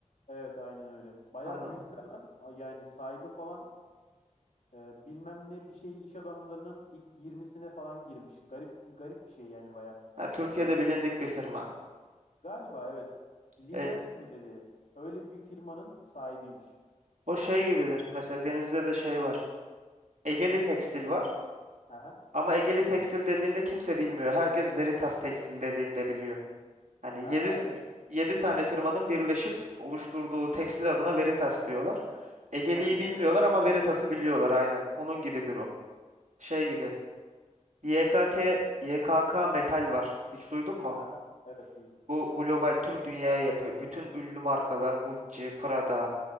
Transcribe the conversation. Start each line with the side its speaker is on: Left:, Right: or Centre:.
Left: Evet aynen öyle. Bayağı
Right: Anladım.
Left: büyükler lan. A- Yani sahibi falan e, bilmem ne bir şey iş adamlarının ilk 20'sine falan girmiş. Garip garip bir şey yani bayağı.
Right: Ha, Türkiye'de
Left: Benim çok
Right: bilindik
Left: alışık
Right: bir firma.
Left: olmadığım. Galiba evet. Linens
Right: E,
Left: mi dedi. Öyle bir firmanın sahibiymiş.
Right: o şey gibidir. Mesela Denizli'de de şey var. Egeli Tekstil var.
Left: Aha.
Right: Ama Egeli Tekstil dediğinde kimse bilmiyor. Herkes Veritas Tekstil dediğinde biliyor. Hani
Left: Ha
Right: yedi
Left: evet.
Right: yedi tane firmanın birleşip oluşturduğu tekstil adına Veritas diyorlar. Egeli'yi
Left: Hadi ya.
Right: bilmiyorlar ama Veritas'ı biliyorlar aynen. Onun gibidir o. Şey gibi. YKK, YKK Metal var. Hiç duydun mu?
Left: Aha, evet duydum.
Right: Bu global tüm dünyaya yapıyor. Bütün ünlü markalar Gucci, Prada